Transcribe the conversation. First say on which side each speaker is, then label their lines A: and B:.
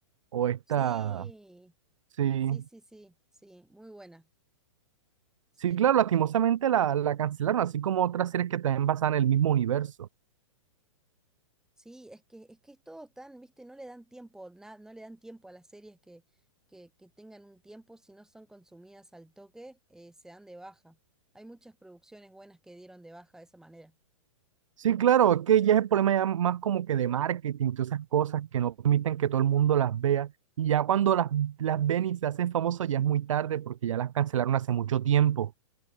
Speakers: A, on the right; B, in the centre.
A: o esta,
B: Sí,
A: sí.
B: sí, sí, sí, sí, muy buena. Sí,
A: Sí, claro, lastimosamente la, la cancelaron, así como otras series que también basan en el mismo universo.
B: sí, es que, es que es todo tan, viste, no le dan tiempo, na- no le dan tiempo a las series que, que, que tengan un tiempo, si no son consumidas al toque, eh, se dan de baja. Hay muchas producciones buenas que dieron de baja de esa manera.
A: Sí, claro, es que ya es el problema ya más como que de marketing, todas esas cosas que no permiten que todo el mundo las vea. Y ya cuando las, las ven y se hacen famosos ya es muy tarde porque ya las cancelaron hace mucho tiempo.